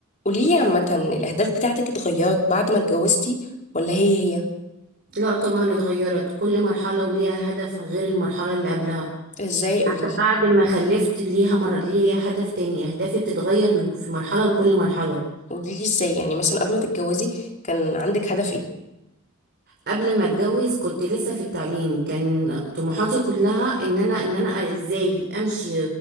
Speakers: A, on the left; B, on the right.
A: قوليلي عامة الأهداف بتاعتك اتغيرت بعد ما اتجوزتي ولا هي هي؟
B: لا طبعا اتغيرت كل مرحلة وليها هدف غير المرحلة اللي قبلها
A: ازاي قوليلي
B: حتى بعد ما خلفت ليها مر... ليها هدف تاني أهدافي بتتغير من في مرحلة لكل مرحلة
A: قوليلي ازاي يعني مثلا قبل ما تتجوزي كان عندك هدف ايه؟
B: قبل ما اتجوز كنت لسه في التعليم كان طموحاتي كلها ان انا ان انا ازاي امشي